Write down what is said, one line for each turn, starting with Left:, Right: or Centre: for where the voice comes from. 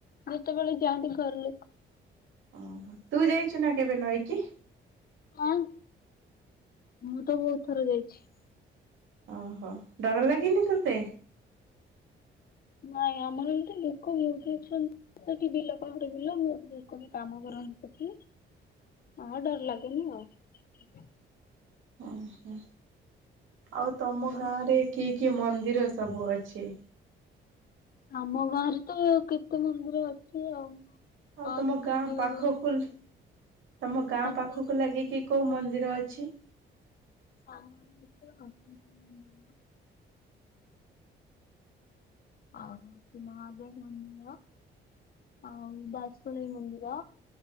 Left: ଯେତେବେଳେ ଯାଆନ୍ତି ଘର ଲୋକ।
Right: ଓହୋ ତୁ ଯାଇଛୁ ନା କେବେ ନଈକି?
Left: ହାଁ ମୁଁ ତ ବହୁତ ଥର ଯାଇଛି।
Right: ଓହୋ ଡର ଲାଗିନି ତୋତେ?
Left: ନାଇଁ ଆମର ଏଇତ ଲୋକ ବହୁତ ଅଛନ୍ତି। ସେଠି ବିଲ ପାଖରେ ବିଲ ମୁ ଲୋକ ବି କାମ କରନ୍ତି ସେଠି। ହଁ ଡର ଲାଗେନି ଆଉ
Right: ହୁଁ ହୁଁ ଆଉ ତମ
Left: ଆଉ
Right: ଗାଁରେ କି କି ମନ୍ଦିର ସବୁ ଅଛି?
Left: ଆମ ଗାଁରେ ତ କେତେ ମନ୍ଦିର ଅଛି ଆଉ?
Right: ଆଉ
Left: ଅଛି
Right: ତମ ଗାଁ
Left: ଯୋଉ
Right: ପାଖ କୁଲ ତମ ଗାଁ
Left: ସପ୍ତଶୃଙ୍ଗୀ
Right: ପାଖକୁ ଲାଗିକି କୋଉ ମନ୍ଦିର ଅଛି?
Left: ଆମ। <unintelligible> ଆଉ ମହାଦେବ ମନ୍ଦିର। ଅଁ ବାସୁଳେଇ ମନ୍ଦିର।